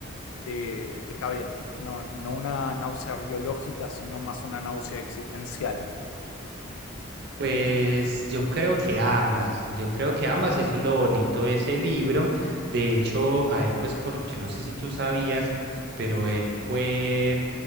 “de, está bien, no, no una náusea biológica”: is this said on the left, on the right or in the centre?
Left